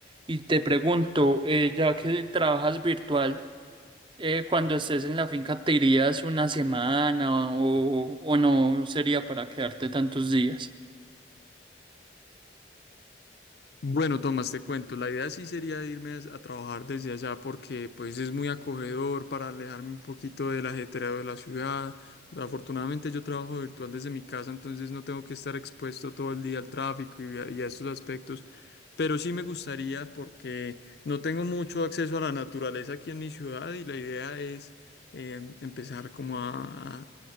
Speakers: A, on the right; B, on the left.
A: Y te pregunto, eh, ya que trabajas virtual, eh, cuando estés en la finca, ¿te irías una semana o, o no sería para quedarte tantos días?
B: Bueno, Tomás, te cuento, la idea sí sería irme a, a trabajar desde allá porque pues es muy acogedor para alejarme un poquito del ajetreo de la ciudad. Pues, afortunadamente yo trabajo virtual desde mi casa, entonces no tengo que estar expuesto todo el día al tráfico y a, y a estos aspectos. Pero sí me gustaría porque no tengo mucho acceso a la naturaleza aquí en mi ciudad y la idea es eh, empezar como a,